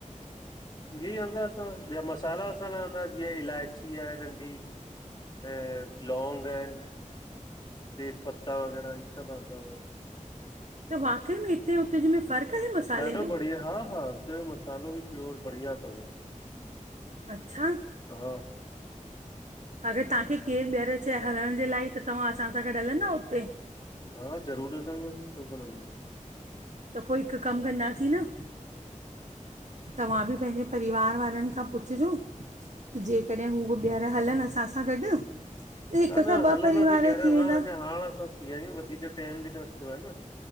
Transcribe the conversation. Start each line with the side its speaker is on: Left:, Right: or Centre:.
Left: इहे ई हूंदा असां ॿिया मसाला वसाला रहंदा जीअं इलायची आहे नंढी। ऐं लौंग आहिन। तेज पता वग़ैरह इ सभ अंदा
Right: त वाक़ई में हिते उते जे में फ़र्क़ आहे मसाले
Left: ॾाढो
Right: में?
Left: हा हा उत जो मसालो बि प्योर बढ़िया तव।
Right: अच्छा!
Left: हा हा
Right: अगर तव्हांखे केरु ॿीहर चय हलण जे लाइ त तव्हां असां सां गॾु हलंदा उते?
Left: हा ज़रूरु वेंदुम छो कोन <unintelligible>
Right: त पो हिक कम कंदासीं न
Left: <unintelligible>
Right: तव्हां बि पंहिंजे परिवार वारनि खां पुछिजो की जेकॾहिं हू बि ॿीहर हलनि असां सां गॾु। हिक
Left: न
Right: खां
Left: न
Right: ॿ
Left: हलंदासीं
Right: परिवार
Left: ॿीहर,
Right: थी वेंदा
Left: हा अञा हाण असां। थी आया आहियूं वधीक टाइम बि न थियो आ न,